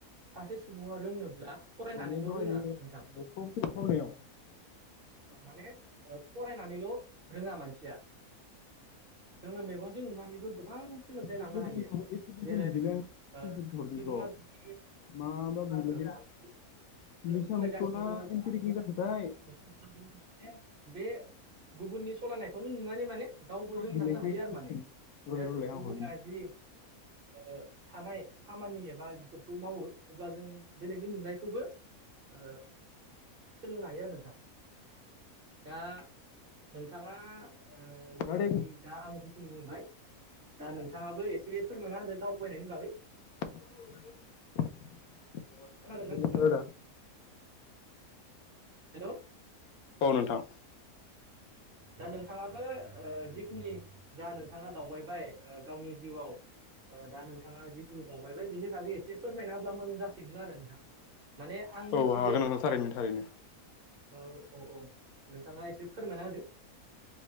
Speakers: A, on the right; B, on the left.
A: सासे सुबुङा रोंनोब्ला फरायनानैल'
B: माने दहायो
A: रोङा नोंथां।
B: फर्म फिल आप खामनायाव
A: ओ माने ओ फरायनानैल' रोङा मानसिया। जोङो मेगनजों नुनानैबो गोबां सोलोंथाइ
B: लोगोफोरखौ
A: लानो हायो
B: एप्लिकेसन
A: जेरै
B: बिदिलाय आं स्क्रिनसट
A: ओ
B: हरदों
A: सुबुङा
B: र'
A: जुदि
B: माबा बिलायखो
A: <inaudible>
B: निसा
A: सालायगासिनो
B: मुखथ'ना
A: दङब्ला
B: एन्टेरिकिं
A: माने
B: जाखोथाय?
A: <inaudible> बे गुबुननि सलायनायखौनो नुनानै माने गावबो
B: मा
A: रोंलांनो
B: बिलायखो
A: हायो
B: एप्लिकेसन
A: आरो माने
B: रलाय
A: ओ
B: रलाय
A: गुबुना
B: आं हरनि
A: जि ओ थानाय खामानि एबा बेफोरखौ मावो अब्ला जों बेलेगनि मेंनायखौबो ओ सोलोंनो हायो आरो। नोंथां दा नोंथाङा ओ जिखिनि
B: रादा
A: दा आंङो जि खिनि बुंबाय दा नोंथाङाबो एसे फोरमायना होदो दावबायनायनि बागै।
B: <unintelligible>
A: खोनादोंना नोंथां हेलौ
B: औ नोंथां।
A: दा नोंथाङाबो ओ जिखिनि जा नोंथाङा दावबायबाय ओ गावनि जिउआव ओ दा नोंथाङा जिखिनि दावबायबाय बेनि बागै एसे फोरमायना होब्ला मोजां जासिगोन आरो नोंथां। माने आं
B: औ
A: मिथिगो
B: हागोन नोंथां थारैनो थारैनो
A: औ औ औ नोंथाङा एसे फोरमायना होदो।